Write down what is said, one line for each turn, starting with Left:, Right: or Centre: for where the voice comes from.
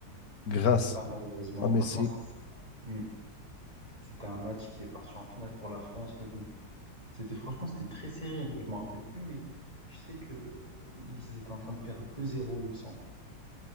Left: grâce
Right: c'est ça malheureusement.
Left: à
Right: Franchement,
Left: Messi.
Right: c'est, c'est- Mm. C'était un match qui est parti en finale pour la France, mais bon, c'était franchement c'était très serré. Je m'en rappelle plus, mais je sais que euh, ils étaient en train de perdre deux zéro il me semble.